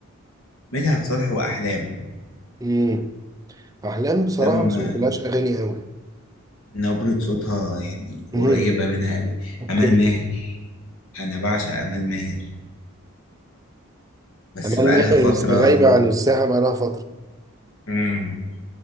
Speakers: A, on the left; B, on the right.
A: مدحت صالح وأحلام
B: امم احلام بصراحه
A: لما
B: ما سمعتلهاش اغاني قوي
A: نبرة صوتها يعني قريبة
B: امم
A: منها أوي
B: اوكي
A: أمال ماهر أنا بعشق أمال ماهر بس
B: امال
A: بقالها
B: ماهر
A: فترة
B: بس غايبه عن الساحه بقى لها فتره
A: مم.